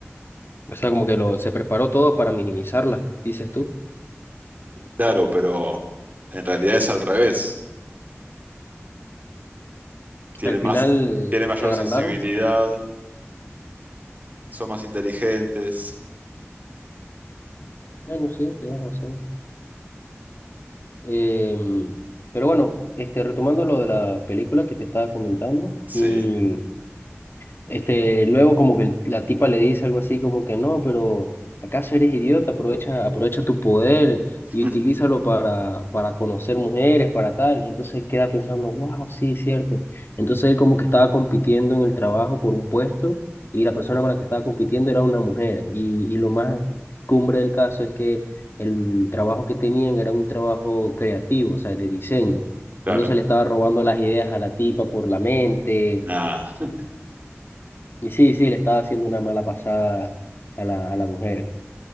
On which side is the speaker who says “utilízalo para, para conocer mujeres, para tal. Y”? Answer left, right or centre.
Left